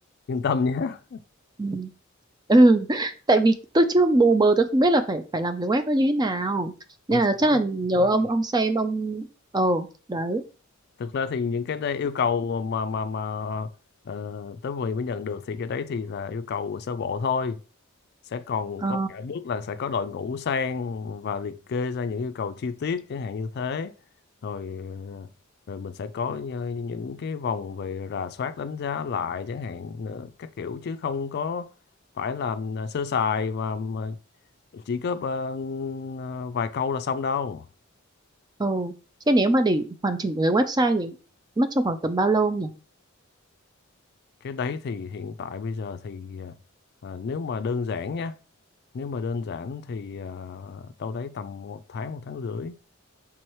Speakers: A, on the left (about 50°); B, on the right (about 20°).
A: yên tâm nhé <laughs>
B: Ừ. ừ. <laughs> Tại vì tôi chưa mù mờ tôi không biết là phải phải làm cái web nó như thế nào.
A: không
B: Nên là
A: sao
B: chắc
A: không
B: là nhớ
A: sao.
B: ông ông xem ông ờ đấy.
A: thực ra thì những cái đây yêu cầu mà mà mà ờ, tới vừa mới nhận được thì cái đấy thì là yêu cầu sơ bộ thôi sẽ còn
B: Ờ.
A: có cả bước là sẽ có đội ngũ sang và liệt kê ra những yêu cầu chi tiết chẳng hạn như thế rồi ờ, rồi mình sẽ có như- những cái vòng về rà soát đánh giá lại chẳng hạn nữa các kiểu chứ không có phải là ờ, sơ sài và mà chỉ có ờ, ờ, vài câu là xong đâu
B: Ừ. Chứ nếu mà để hoàn chỉnh cái website thì mất trong khoảng tầm bao lâu không nhỉ?
A: cái đấy thì hiện tại bây giờ thì ờ, ờ, nếu mà đơn giản nha nếu mà đơn giản thì ờ, đâu đấy tầm một tháng một tháng rưỡi